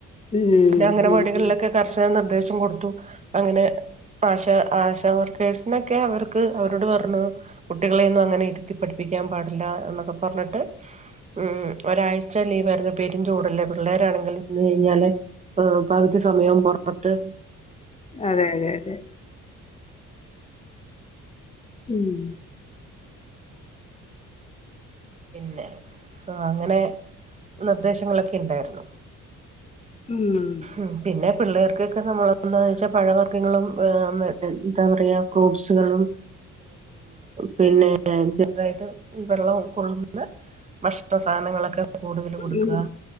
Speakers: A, on the left; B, on the right.
A: ഉം
B: പിന്നെ അങ്ങനെ
A: ഉം
B: വട്‌കളിലൊക്കെ
A: ഉം
B: കർശന നിർദേശം കൊടുത്തു അങ്ങനെസ്പാശ് ആഷാവർക്കേഴ്സിനൊക്കെ അവർക്ക് അവരോട്പർണുകുട്ടികളെയൊന്നും അങ്ങനെരി ഇര്ത്തിപഠിപ്പിക്ക്യാപാടില്ല എന്നൊക്കെ പർഞ്ട്ട് ഉം ഒരാഴ് ലീവേർന്ന് പെരുംചൂടല്ലേ പിള്ളേരാണെങ്കിൽ ഇന്ന് കയ്ഞ്ഞാല് പ സമയം പൊറപത്ത്
A: അതെതെതെ ഉം
B: പിന്നെ ആങ്ങനെ നിർദേശങ്ങളൊക്കെ ഇണ്ടാര്ന്നു
A: ഉം
B: ഉം പിന്നെ പിള്ളേർക്കക്കെ നമ്മൾ എന്താ വെച്ചാ പഴവർഗ്ഗങ്ങളും എന്താപറയാ ഫ്രൂട്ട്സ്കളും പിന്നെ ചെർതായിട്ട് വെള്ളവും കൊള്ളുന്ന ഭക്ഷണ സാധനങ്ങളൊക്കെ കൂടുതൽ കൊടുക്കുക
A: ഉം